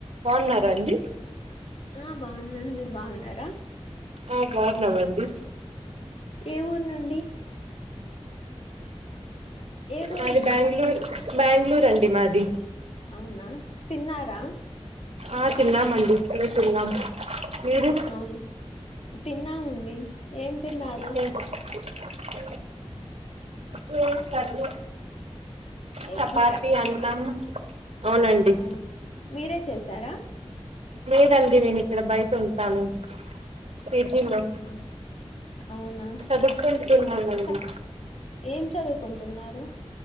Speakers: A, on the right (about 70°); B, on the left (about 65°).
A: బాగున్నారా
B: Hello
A: అండి
B: ఆ బాగున్నాను మీరు బాగున్నారా
A: ఆ బాగున్నామండి
B: ఏ ఊరు నుండి ఏ ఊరు
A: మాది
B: మీది
A: బెంగళూరు బెంగళూరు అండి మాది
B: అవునా తిన్నారా
A: ఆ తిన్నామండి ఇప్పుడే తిన్నాము మీరు
B: అవును తిన్నామండి ఏం తిన్నారు
A: అ మేము కర్రీ చపాతి
B: ఎగ్
A: అన్నం అవునండి
B: ఆ మీరే చేసారా
A: లేదండి నేను ఇక్కడ బయట ఉంటాను పీజీలో
B: అవునా అవునా
A: చదువుకుంటున్నానండి
B: చ ఏం చదువుకుంటున్నారు